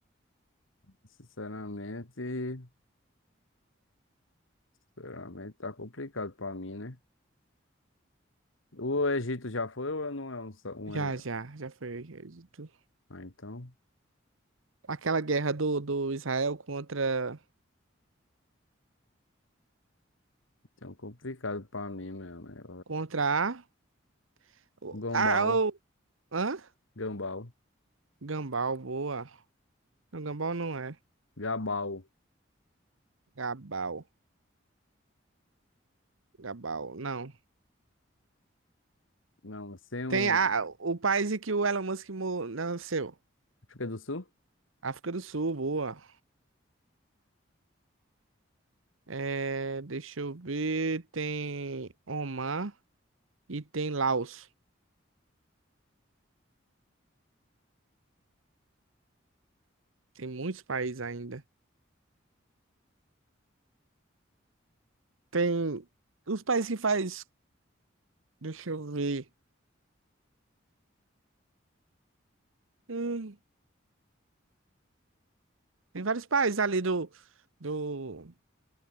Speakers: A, on the left; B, on the right.
A: Sinceramente, sinceramente tá complicado pra mim, né? O Egito já foi ou não é um... só- um...
B: Já,
A: é-
B: já, já foi. já- tu-
A: Ah, então,
B: Aquela guerra do, do Israel contra,
A: então complicado pra mim mesmo. né? É
B: contra a. o-
A: Gombal,
B: a o- hã?
A: Gambal,
B: Gambal, boa. Não, Gambal não é.
A: Gabal.
B: Gabal, Gabal, não.
A: Não, sem um.
B: Tem a, o país em que o Elon Musk mo- nasceu.
A: África do Sul?
B: África do Sul, boa. É, deixa eu ver. Tem Omar e tem Laos. Tem muitos países ainda. Tem os países que faz. Deixa eu ver. Hum, tem vários países ali do. Do.